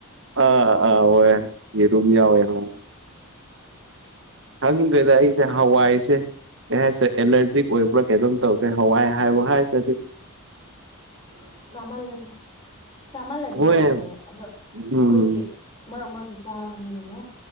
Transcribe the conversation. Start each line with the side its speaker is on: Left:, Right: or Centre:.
Right: ꯑꯥ ꯑꯥ ꯑꯣꯏ ꯌꯦꯔꯨꯝ ꯌꯥꯎꯋꯦ ꯑꯣꯏ ꯈꯪꯗ꯭ꯔꯦꯗ ꯑꯩꯁꯦ ꯍꯋꯥꯏ ꯁꯦ ꯀꯩ ꯍꯥꯏꯁꯦ ꯑꯦꯂꯔꯖꯤꯛ ꯑꯣꯏꯕ꯭ꯔꯥ ꯀꯩꯅꯣꯝ ꯇꯧꯒ꯭ꯔꯦ ꯍꯋꯥꯏ ꯍꯥꯏꯕ ꯍꯥꯏꯔꯒꯗꯤ
Left: <inaudible> ꯆꯥꯃꯜꯂꯗꯤ ꯆꯥꯃꯜꯂꯗꯤ
Right: ꯍꯣꯏ
Left: ꯑꯣꯏꯕꯅꯦ ꯑꯗꯣ ꯑꯩꯈꯣꯏꯗꯤ
Right: ꯎꯝ
Left: ꯃꯔꯛ ꯃꯔꯛꯇ ꯆꯥꯕꯅꯤꯅꯅꯦ